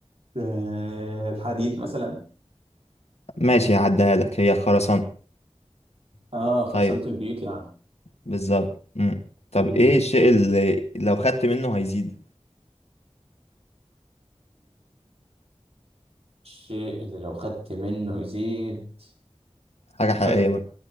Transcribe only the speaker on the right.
آه، الحديد مثلا
اه خرسانه
البيوت يعني
امم
الشيء اللي لو خدت منه يزيد
خدت